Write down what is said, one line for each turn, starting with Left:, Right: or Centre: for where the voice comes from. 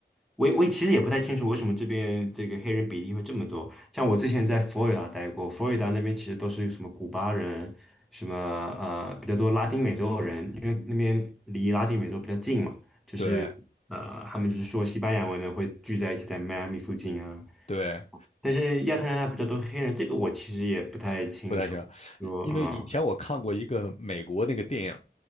Centre: 我也我也其实也不太清楚为什么这边这个黑人比例会这么多。像我之前在佛罗里达待过，佛罗里达那边其实都是什么古巴人，什么呃比较多拉丁美洲人，因为那边离拉丁美洲比较近嘛，就是呃他们就是说西班牙文的会聚在一起在迈阿密附近啊。
Left: 对对，
Centre: 但是亚特兰大比较多黑人，这个我其实也不太清楚。
Left: 不太清楚，
Centre: 说嗯
Left: 因为以前我看过一个美国那个电影，